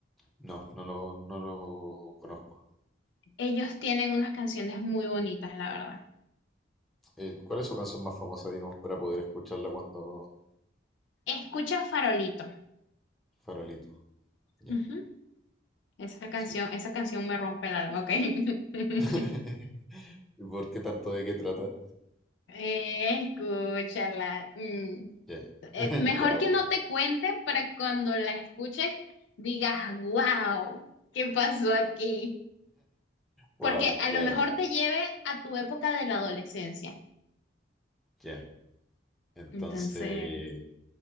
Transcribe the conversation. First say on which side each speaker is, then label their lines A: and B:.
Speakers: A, in the centre; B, on the left (about 75°).
A: No, no lo, no lo conozco.
B: Ellos tienen unas canciones muy bonitas, la verdad.
A: Eh, ¿cuál es su canción más famosa, digamos, para poder escucharla cuando
B: Escucha Farolito.
A: farolito? Ya,
B: Ujú. Esa canción,
A: sí.
B: esa canción me rompe el alma, ¿ok? <laughs>
A: <laughs> ¿Y ¿Por qué tanto de qué trata?
B: Eh, escúchala. Mm.
A: Ya, <laughs>
B: eh, mejor
A: ya,
B: que
A: bueno.
B: no te cuente para cuando la escuches digas, wow, ¿qué pasó aquí?
A: Gua-
B: Porque a
A: ya,
B: lo mejor
A: ya,
B: te lleve a tu época de la adolescencia.
A: ya. Entonces,
B: Entonces,